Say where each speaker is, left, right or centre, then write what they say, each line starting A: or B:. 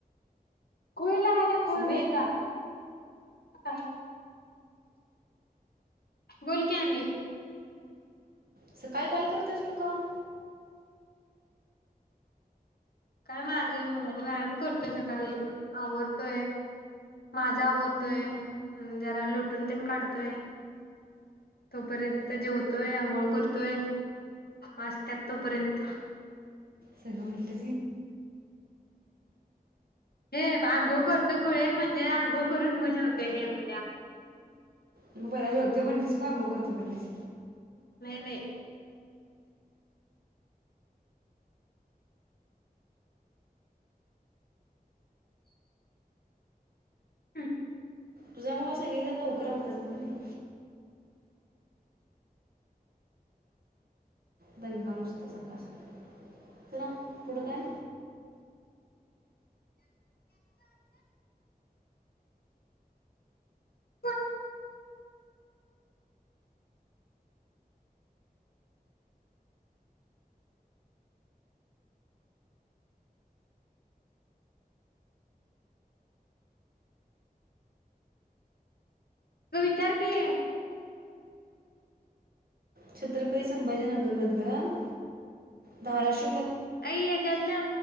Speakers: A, on the left (about 80°); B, on the right (about 75°).
A: कोहिला खोल
B: सुमे
A: नुसता हा बोल कन
B: स काय काय करतेस तू काम
A: काय माझा व्यायाम करतोय सकाळी उठून आवरडतोय माझा आवरडतोय
B: हं,
A: ह जरा लोटून ते काढतोय तोपर्यंत
B: हं.
A: जेवतोय आंघोळ करतोय मस्त त्या तोपर्यंत
B: सग उल्ट त
A: हे अघो करतो कुळे म्हणजे अघो करून मजा होतय हे मुल्या
B: मग पला जेवते म्हणच मागू करतो म्हणस
A: नाही नाही हम्
B: तुझ्या मुळ सगळीजण लवकर होत असतील ना नाही ध नुसता सकाळ सकाळ चला पुढं काय
A: ब त विचार क आहे
B: छत्रपती संभाजीनगर मधलं धाराश
A: अई ये जतला